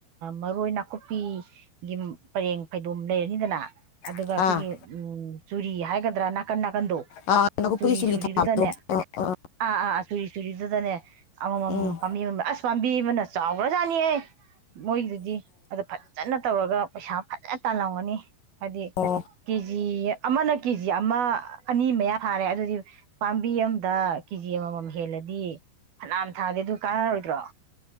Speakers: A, on the right; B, on the left.
A: ꯃꯔꯣꯏ ꯅꯥꯀꯨꯞꯄꯤꯒꯤ ꯄꯔꯦꯡ ꯐꯩꯗꯣꯝ ꯂꯩꯔꯅꯤꯗꯅ ꯑꯗꯨꯒ
B: ꯑꯥ
A: ꯑꯩꯈꯣꯏꯒꯤ ꯆꯨꯔꯤ ꯍꯥꯏꯒꯗ꯭ꯔꯥ ꯅꯥꯀꯟ ꯀꯟꯗꯣ
B: ꯑꯥ ꯅꯥꯀꯨꯞꯄꯒꯤ
A: ꯆꯨꯔꯤ
B: ꯆꯨꯂꯤ
A: ꯆꯨꯔꯤꯗꯨꯗꯅꯦ
B: ꯊꯥꯕꯗꯣ ꯑ ꯑ
A: ꯑꯥ ꯑꯥꯥ ꯆꯨꯔꯤ ꯆꯨꯔꯤꯗꯨꯗꯅꯦ ꯑꯃꯃꯝ
B: ꯎꯝ
A: ꯄꯥꯝꯕꯤ ꯑꯁꯝ ꯕꯅ ꯆ ꯑꯣꯖꯥꯅꯤꯍ ꯃꯣꯏꯗꯨꯗꯤ ꯑꯗꯨ ꯐꯖꯅ ꯇꯧꯔꯒ ꯄꯩꯁꯥ ꯐꯖꯅ ꯇꯥꯜꯂꯝꯒꯅꯤ ꯍꯥꯏꯗꯤ
B: ꯑꯣ
A: ꯀꯦꯖꯤ ꯑꯃꯅ ꯀꯦ ꯖꯤ ꯑꯃ ꯑꯅꯤ ꯃꯌꯥ ꯐꯥꯔꯦ ꯑꯗꯨꯗꯤ ꯄꯥꯝꯕꯤ ꯑꯝꯗ ꯀꯦꯖꯤ ꯑꯃꯃꯝ ꯍꯦꯜꯂꯗꯤ ꯐꯅꯅꯥꯝ ꯊꯥꯗꯦ ꯑꯗꯨ ꯀꯥꯟꯅꯔꯣꯏꯗ꯭ꯔꯣ